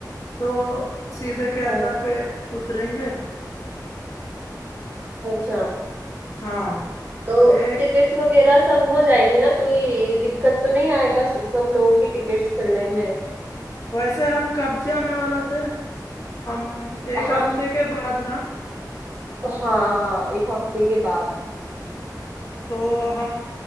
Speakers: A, on the left; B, on the right.
A: तो सीधे केरला
B: हम्म
A: पे उतरेंगे
B: अच्छा
A: हाँ
B: तो
A: एक
B: टिकट्स वगैरह सब हो जाएंगी ना कोई दिक्कत तो नहीं आएगा स- सब लोगों की टिकट्स मिलने में
A: वैसे हम कब जाने वाला थे हम एक
B: हम
A: हफ्ते के बाद ना
B: हाँ एक हफ्ते के बाद
A: तो हम